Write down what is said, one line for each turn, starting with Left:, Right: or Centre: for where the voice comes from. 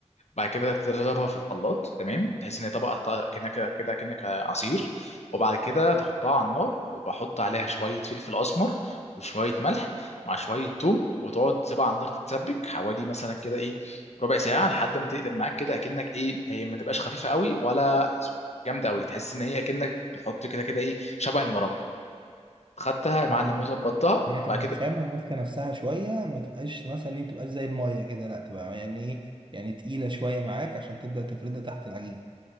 Left: بعد كده تضربها في الخلاط تمام تحس ان هي طبقه طبقة كأنك كده كأنك عصير وبعد كده تحطها على النار وبحط عليها شويه فلفل اسمر وشويه ملح مع شويه ثوم وتقعد تسيبها على النار تتسبك حوالي مثلا كده ايه ربع ساعه لحد ما تقلب معاك كده اكنك ايه هي ما تبقاش خفيفه قوي ولا جامده قوي تحس ان هي اكنك بتحط كده كده ايه شبه المربى خدتها
Right: احنا
Left: يا معلم
Right: بنجيب-
Left: وظبطتها
Right: ان هي تبقى
Left: بعد كده
Right: خامه ماسكه نفسها شويه ما تبقاش مثلا ايه ما تبقاش زي الميه كده لا تبقى يعني ايه يعني تقيله شويه معاك عشان تبدا تفردها تحت العجين